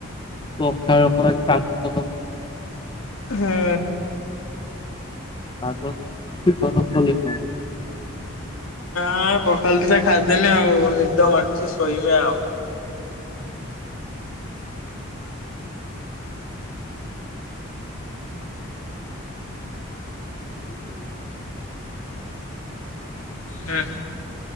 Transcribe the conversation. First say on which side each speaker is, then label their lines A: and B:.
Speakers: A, on the left (about 20°); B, on the left (about 85°).
A: ପଖାଳ କଣ ଆଜି ପାଗ ତ
B: ହୁଁ
A: ପାଗ ନରମ ଅଛି ଗରମ <unintelligible>
B: ହଁ ପଖାଲ ଦିଟା ଖାଇଦେନି ଆଉ ନିଦ ମାରଛି ଶୋଇମି ଆଉ।
A: <unintelligible> <inaudible> <unintelligible>
B: ହୁଁ